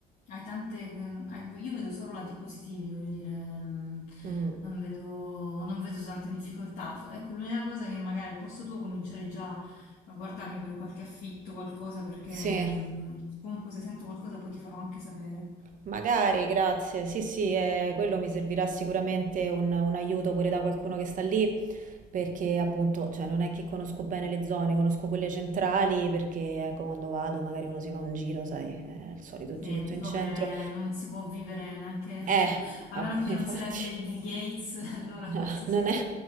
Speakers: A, on the left; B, on the right.
A: hai tante, hai- io vedo solo lati positivi, voglio dire, mm,
B: mm.
A: non vedo, non vedo tante difficoltà. Fo- Ecco, l'unica cosa è che magari al posto tuo comincerei già a guardarmi per qualche affitto, qualcosa, perché
B: Sì,
A: mm, comunque se sento qualcosa poi ti farò anche sapere.
B: magari, grazie. Sì, sì, eh, quello mi servirà sicuramente un, un aiuto pure da qualcuno che sta lì, perché appunto, cioè, non è che conosco bene le zone, conosco quelle centrali, perché ecco, quando vado magari uno si fa un giro, sai, eh, il solito
A: Sì,
B: giretto
A: dove
B: in centro.
A: non si può vivere neanche,
B: Eh,
A: <laughs> cioè, a
B: app-
A: meno che
B: <laughs> infatti,
A: non sei la figlia di Bill Gates, <laughs> allora
B: <laughs>
A: forse
B: No,
A: sì.
B: non è,